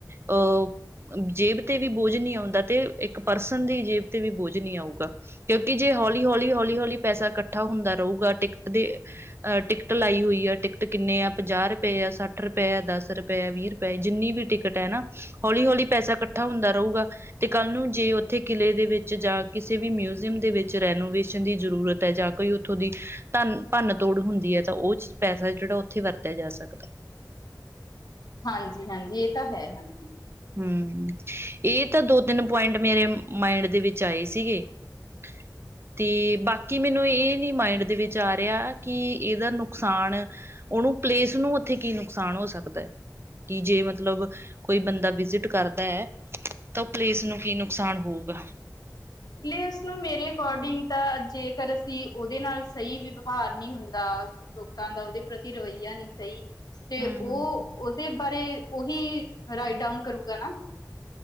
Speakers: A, on the right; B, on the left.
A: ਅਹ ਜੇਬ ਤੇ ਵੀ ਬੋਝ ਨਹੀ ਆਉਂਦਾ ਤੇ, ਇੱਕ ਪਰਸਨ ਦੀ ਜੇਬ ਤੇ ਵੀ ਬੋਝ ਨਹੀ ਆਊਗਾ ਕਿਉਂਕਿ ਜੇ ਹੌਲੀ-ਹੌਲੀ, ਹੌਲੀ-ਹੌਲੀ ਪੈਸਾ ਇਕੱਠਾ ਹੁੰਦਾ ਰਹੂਗਾ ਟਿਕਟ ਦੇ ਅਹ ਟਿਕਟ ਲਾਈ ਹੋਈ ਆ, ਟਿਕਟ ਕਿੰਨੇ ਆ ਪੰਜਾਹ ਰੁਪਏ ਜਾਂ ਸੱਠ ਅੱਠ ਰੁਪਇਆ ਦਸ ਰੁਪਇਆ ਵੀਹ ਰੁਪਏ ਜਿੰਨੀ ਵੀ ਟਿਕਟ ਹੈ ਨਾ ਹੌਲੀ-ਹੌਲੀ ਪੈਸਾ ਇਕੱਠਾ ਹੁੰਦਾ ਰਹੂਗਾ ਤੇ ਕੱਲ੍ਹ ਨੂੰ ਜੇ ਉੱਥੇ ਕਿਲ੍ਹੇ ਦੇ ਵਿੱਚ ਜਾਂ ਕਿਸੇ ਵੀ ਮਿਊਜ਼ੀਅਮ ਦੇ ਵਿੱਚ ਰੈਨੋਵੇਸ਼ਨ ਦੀ ਜ਼ਰੂਰਤ ਹੈ ਜਾਂ ਕੋਈ ਉ ਉੱਥੋਂ ਦੀ, ਧਨ ਭੰਨ ਤੋੜ ਹੁੰਦੀ ਹੈ ਤਾਂ ਉਹ ਪੈਸਾ ਜਿਹੜਾ ਉੱਥੇ ਵਰਤਿਆ ਜਾ ਸਕਦਾ
B: ਹਾਂਜੀ-ਹਾਂਜੀ ਇਹ ਤਾਂ ਹੈ, ਹਾਂਜੀ
A: ਹਮ, ਇਹ ਤਾਂ ਦੋ ਤਿੰਨ ਪੁਆਇੰਟ ਮੇਰੇ ਮਾਇੰਡ ਦੇ ਵਿੱਚ ਆਏ ਸੀਗੇ <inaudible> ਤੇ ਬਾਕੀ ਮੈਨੂੰ ਇਹ ਨੀ ਮਾਇੰਡ ਦੇ ਵਿੱਚ ਆ ਰਿਹਾ ਕਿ ਇਹਦਾ ਨੁਕਸਾਨ ਉਹਨੂੰ ਪਲੇਸ ਨੂੰ ਉੱਥੇ ਕੀ ਨੁਕਸਾਨ ਹੋ ਸਕਦਾ, ਕਿ ਜੇ ਮਤਲਬ ਕੋਈ ਬੰਦਾ ਵਿਜਿਟ ਕਰਦਾ ਹੈ, ਤਾਂ ਉਹ ਪਲੇਸ ਨੂੰ ਕੀ ਨੁਕਸਾਨ ਹੋਊਗਾ
B: ਪਲੀਜ ਉਸਨੂੰ ਮੇਰੇ ਅਕੋਰਡਿੰਗ ਤਾਂ ਜੇਕਰ ਅਸੀਂ ਉਹਦੇ ਨਾਲ ਸਹੀ ਵਿਵਹਾਰ ਨਹੀਂ ਹੁੰਦਾ ਲੋਕਾਂ ਦਾ ਉਹਦੇ ਪ੍ਰਤੀ, ਰਵੱਈਆ ਨਹੀਂ ਸਹੀ ਤੇ
A: ਹੂੰ-ਹੂੰ,
B: ਉਹ, ਉਹਦੇ ਬਾਰੇ, ਓਹੀ ਰਾਇਟਡਾਊਨ ਕਰੂਗਾ ਨਾ